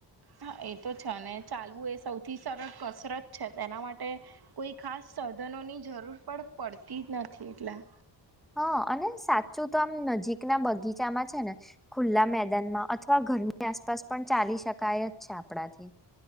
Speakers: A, on the right; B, in the centre.
A: હા એ તો છે ને ચાલવું એ સૌ થી સરળ કસરત છે તેના માટે કોઈ ખાસ સાધનોની જરૂર પણ પડતી ન થી એટલા.
B: હા અને સાચું તો આમ નજીક ના બગીચામાં છે ને ખુલ્લા મેદાનમાં અથવા ઘરની આસ આસપાસ પણ ચાલી શકાય જ છે આપણાથી.